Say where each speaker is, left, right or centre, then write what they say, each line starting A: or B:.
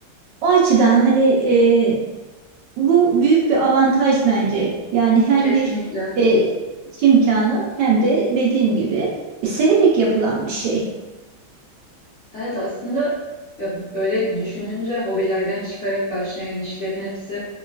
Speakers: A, on the right (about 70°); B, on the left (about 55°).
A: o açıdan hani e, bu büyük bir avantaj bence. Yani hem
B: Kesinlikle.
A: bir e, iş imkanı hem de dediğim gibi e, severek yapılan bir şey.
B: Evet aslında ya böyle düşününce hobilerden çıkarak başlayan işlerin hepsi